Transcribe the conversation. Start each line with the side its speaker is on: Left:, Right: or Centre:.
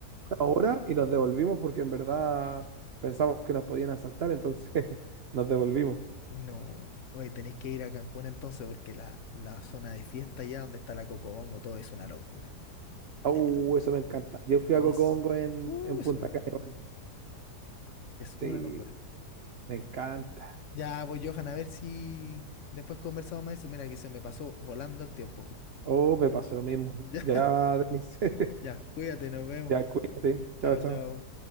Right: ahora y nos devolvimos porque en verdad pensamos que nos podían asaltar, entonces <laughs> nos devolvimos.
Left: No. Oye, tenéis que ir a Cancún entonces porque la, la zona de fiesta allá, donde está la Cocobongo, todo es una locura.
Right: Oh,
Left: Ne-
Right: eso me encanta. Yo fui
Left: No
Right: a Cocongo
Left: es.
Right: en,
Left: Uh,
Right: en
Left: es
Right: Punta
Left: una
Right: Cana.
Left: locura. Es
Right: Sí,
Left: una locura.
Right: me encanta.
Left: Ya, pues Johan, a ver si después conversamos más de eso. Mira que se me pasó volando el tiempo. <laughs>
Right: Oh, me pasó lo mismo.
Left: Ya,
Right: Ya, Denise. <laughs>
Left: ya, cuídate, nos vemos.
Right: Ya, cuídate.
Left: Chao,
Right: Chao, chao.
Left: chao.